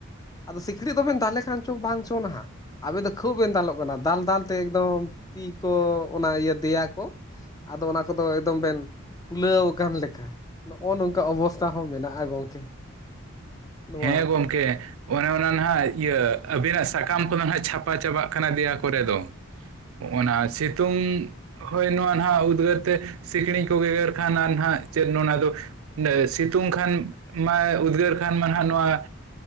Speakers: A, on the left; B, on the right.
A: ᱟᱫᱚ ᱥᱤᱠᱲᱤᱡ ᱫᱚᱵᱮᱱ ᱫᱟᱞᱮ ᱠᱷᱟᱱ ᱪᱚᱝ ᱵᱟᱝ ᱪᱚᱝ ᱱᱟ ᱟᱵᱮᱱ ᱫᱚ ᱠᱷᱩᱵᱽ ᱵᱮᱱ ᱫᱟᱞᱚᱜ ᱠᱟᱱᱟ, ᱫᱟᱞ ᱫᱟᱞ ᱛᱮ ᱮᱠᱫᱚᱢ ᱛᱤ ᱠᱚ ᱚᱱᱟ ᱤᱭᱟᱹ ᱫᱮᱭᱟ ᱠᱚ ᱟᱫᱚ ᱚᱱᱟ ᱠᱚᱫᱚ ᱮᱠᱫᱚᱢ ᱵᱮᱱ ᱯᱷᱩᱞᱟᱹᱣ ᱟᱠᱟᱱ ᱞᱮᱠᱟ, ᱱᱚᱜᱼᱚ ᱱᱚᱝᱠᱟ ᱚᱵᱚᱥᱛᱷᱟ ᱦᱚᱸ ᱢᱮᱱᱟᱜᱼᱟ ᱜᱚᱝᱠᱮ, ᱱᱚᱣᱟ
B: ᱦᱮᱸ ᱜᱚᱢᱠᱮ, ᱚᱱᱮ ᱚᱱᱟ ᱱᱟᱦᱟᱜ ᱤᱭᱟᱹ ᱟᱹᱵᱤᱱᱟᱜ ᱥᱟᱠᱟᱢ ᱠᱚᱫᱚ ᱦᱟᱸᱜ ᱪᱷᱟᱯᱟ ᱪᱟᱵᱟᱜ ᱠᱟᱱᱟ ᱫᱮᱭᱟ ᱠᱚᱨᱮ ᱫᱚ ᱾ ᱚᱱᱟ ᱥᱤᱛᱩᱝ, ᱦᱳᱭ ᱱᱚᱣᱟ ᱱᱟᱦᱟᱜ ᱩᱫᱽᱜᱟᱹᱨ ᱛᱮ ᱥᱤᱠᱲᱤᱡ ᱠᱚ ᱜᱮᱜᱮᱨ ᱠᱷᱟᱱ ᱟᱨ ᱱᱟᱦᱟᱜ ᱪᱮᱫ ᱱᱚᱣᱟ ᱫᱚ ᱥᱤᱛᱩᱝ ᱠᱷᱟᱱ ᱢᱟ ᱩᱫᱽᱜᱟᱹᱨ ᱠᱷᱟᱱ ᱢᱟ ᱱᱚᱣᱟ